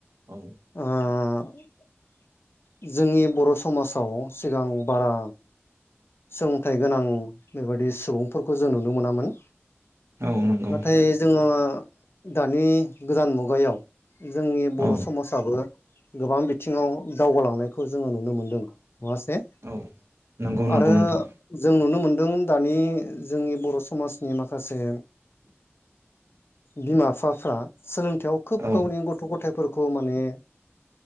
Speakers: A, on the right; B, on the left.
A: औ
B: ओ <unintelligible> जोंनि बर' समाजाव सिगां बारा सोंथाइ गोनां बेबायदि सुबुंफोरखौ जों नुनो मोनामोन
A: औ नंगौ
B: नाथाय जोङो दानि गोदान मुगायाव जोंनि बर'
A: औ
B: समाजाबो गोबां बिथिङाव दावगालांनायखौ जोङो नुनो मोनदों नङासे!
A: औ नंगौ नंगौ
B: आरो
A: नोंथां
B: जों नुनो मोन दों दानि जोंनि बर' समाजनि माखासे बिमा फिफाफ्रा सोलोंथायाव खोब
A: औ
B: गावनि गथ' गथायाइफोरखौ माने